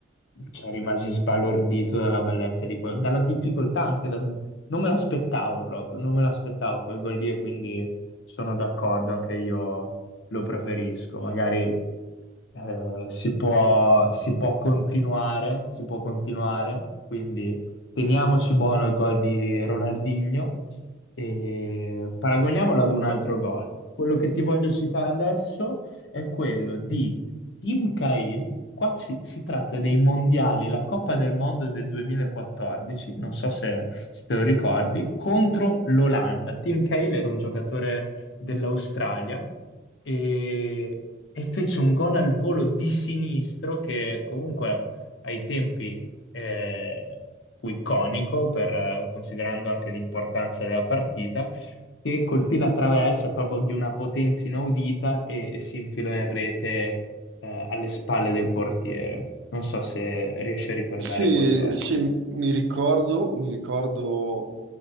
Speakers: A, on the left; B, on the right.
A: cioè, rimasi sbalordito dalla bellezza di quello, dalla difficoltà anche da- non me l'aspettavo proprio, non me l'aspettavo quel gol lì e quindi sono d'accordo, anche io lo preferisco. Magari eh, si può, si può continuare, si può continuare, quindi teniamoci buono il gol di Ronaldinho e paragoniamolo ad un altro gol. Quello che ti voglio citare adesso è quello di Team Cahill, qua ci- si tratta dei mondiali, la Coppa del Mondo del 2014, non so se, se te lo ricordi, contro l'Olanda. Team Cahill era un giocatore dell'Australia e, e fece un gol al volo di sinistro che comunque ai tempi eh, fu iconico, per, eh, considerando anche l'importanza della partita che colpì la traversa proprio di una potenza inaudita e, e si infilò in rete eh, alle spalle del portiere. Non so se riesci a ricordare
B: Sì,
A: quel gol.
B: sì, mi ricordo, mi ricordo